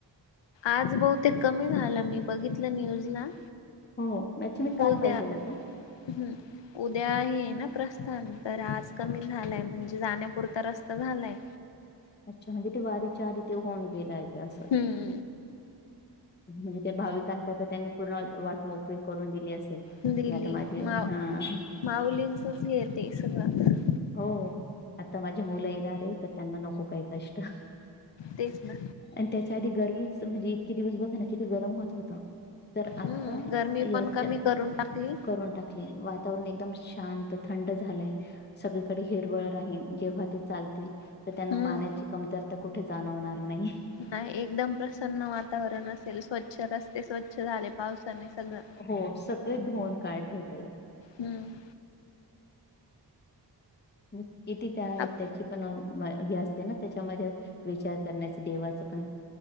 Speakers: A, on the left (about 90°); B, on the left (about 25°).
A: आज बऊु ते कमी झालं मी बघितलं न्यूजला
B: हो या मी काल
A: उद्या
B: पाहिलेला तू
A: हम्म उद्या आहे ना प्रस्थान तर आज कमी झालंय म्हणजे जाण्यापुरता रस्ता झालाय
B: अच्छा म्हणजे ते वारी चारी तेे होन गेलाय असं
A: हम्म
B: म्हणजे ते भाविकांकर तर त्यांनी पूर्ण वाट मोकळी करून दिली असेल की
A: दिली
B: आता माझे
A: माऊ
B: हा
A: माऊलींचच घेते सुरवात
B: हो आता माझी मुलं येणार आहे तर त्यांना नको काही कष्ट आणि
A: तेच ना
B: त्याच्या आधी गरमीच म्हणजे इतके दिवस बघा ना कि गरम होत होत तर आता
A: हम्म गरमी
B: याच्या
A: पण कमी करून टाकली
B: करून टाक वातावरण एकदम शांत थंड झालंय सगळीकडे हिरवळ राहीन जेव्हा ते चालतील तर त्यांना
A: हम्म
B: पाण्याची कमतरता कुठे जाणवणार नाही
A: नाही एकदम प्रसन्न वातावरण असेल स्वच्छ रस्ते स्वच्छ झाले पावसाने सगळं
B: हो सगळे धोन काढले प
A: हम्म
B: किथ त्या
A: आप
B: त्याची पण हे अस ते ना त्याच्यामध्ये विचार करण्याच देवाचं पण